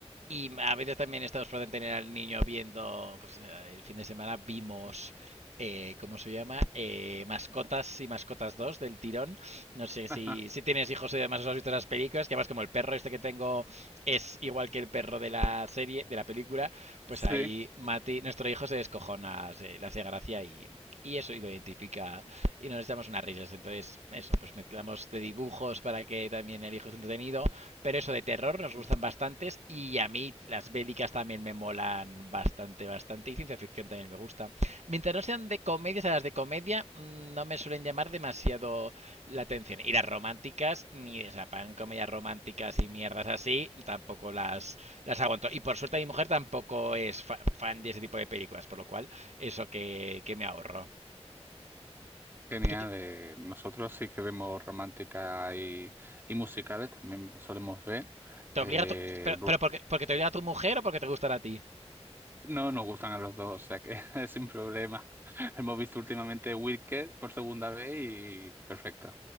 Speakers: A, on the right; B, on the right.
A: y a veces también estamos por tener al niño viendo, pues eh, el fin de semana vimos, eh, ¿cómo se llama? Eh, Mascotas y Mascotas 2 del tirón. No sé si,
B: <laughs>
A: si tienes hijos y demás, os has visto esas películas, que además como el perro este que tengo es igual que el perro de la serie, de la película, pues
B: Sí.
A: ahí Mati, nuestro hijo se descojona, se, le hace gracia y, y eso y lo identifica y nos echamos unas risas. Entonces, eso, pues mezclamos de dibujos para que también el hijo esté entretenido, pero eso de terror nos
B: Ujú.
A: gustan bastantes y a mí las bélicas también me molan bastante, bastante y ciencia ficción también me gusta. Mientras no sean de comedias, a las de comedia mm, no me suelen llamar demasiado la atención. Y las románticas, ni o sea, pan comedias románticas y mierdas así, tampoco las, las aguanto. Y por suerte mi mujer tampoco es fa- fan de ese tipo de películas, por lo cual eso que, que me ahorro.
B: Genial.
A: ¿Tú te,
B: eh, nosotros sí que vemos romántica y, y musicales, también solemos ver.
A: te
B: eh,
A: obliga a tu- pero,
B: lu-
A: pero porque, porque te obliga a tu mujer o porque te gustan a ti?
B: no nos gustan a los dos, o sea que <laughs> sin problema. <laughs> Hemos visto últimamente Wicked por segunda vez y perfecto.